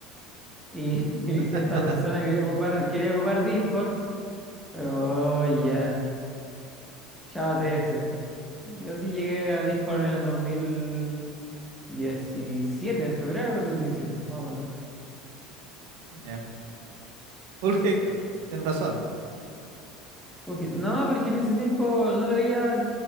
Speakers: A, in the centre; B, on the right.
A: y, <laughs>
B: <laughs>
A: y cierta persona quería ocupar, quería ocupar Discord. Oh, ya, Chao TS. Yo sí llegué a Discord en el 2017, en febrero del 2017, más o menos.
B: Ya. Full hater, tienes razones.
A: Porque, no, pero es que en ese tiempo no lo había,